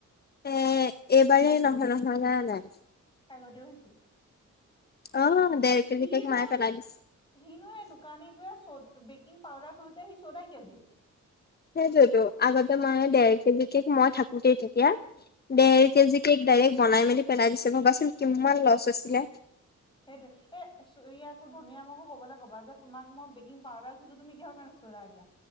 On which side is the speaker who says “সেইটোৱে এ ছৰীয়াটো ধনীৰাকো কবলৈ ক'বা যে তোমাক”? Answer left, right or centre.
Left